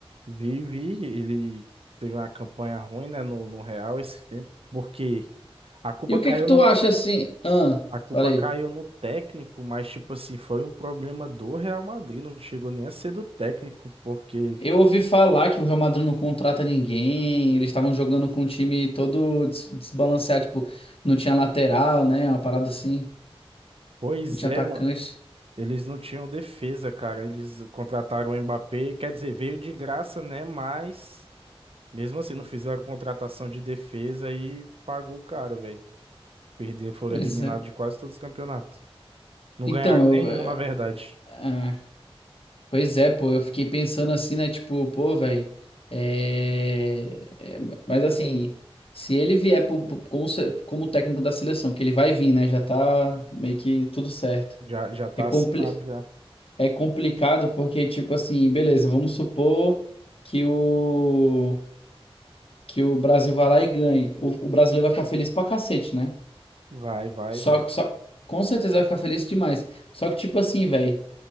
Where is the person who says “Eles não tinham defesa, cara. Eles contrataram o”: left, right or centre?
Right